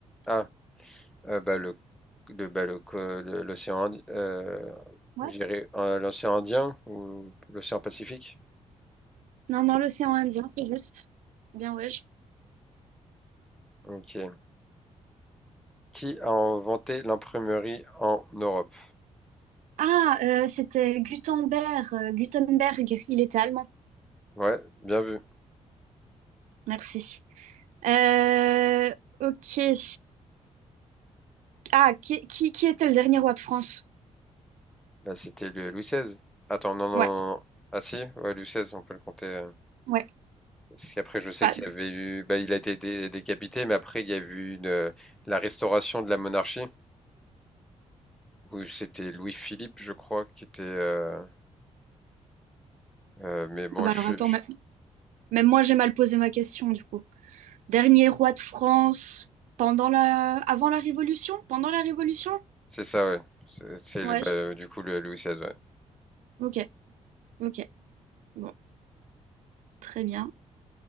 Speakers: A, in the centre; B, on the right.
A: Ah, euh, bah, le, le- bah, le co- le- l'océan, Indi- euh,
B: Ouais.
A: je dirais, euh, l'océan Indien ou l'océan Pacifique.
B: Non, dans l'océan Indien, c'est juste. Bien, ouais.
A: Ok. Qui a inventé l'imprimerie en Europe?
B: Ah, euh, c'était Gutenberg, euh, Gutenberg, il était allemand.
A: Ouais, bien vu.
B: Merci. Euh, ok. Ah, qui, qui, qui était le dernier roi de France?
A: Bah, c'était le Louis XVI. Attends, non, non, non,
B: Ouais,
A: non. Ah si, ouais, Louis XVI, on peut le compter. euh.
B: ouais.
A: Parce qu'après, je sais
B: Pas-
A: qu'il y avait eu, bah, il a été dé- décapité, mais après, il y a eu une, euh, la restauration de la monarchie où c'était Louis-Philippe, je crois, qui était. euh, euh, mais bon,
B: ah bah
A: je,
B: alors attends,
A: je-
B: mais- même moi j'ai mal posé ma question du coup. Dernier roi de France pendant la... avant la Révolution? Pendant la Révolution?
A: C'est ça, ouais. C'est c'est
B: Ouais,
A: le- bah, euh, du coup le Louis XVI, ouais.
B: ok, ok. Bon, très bien.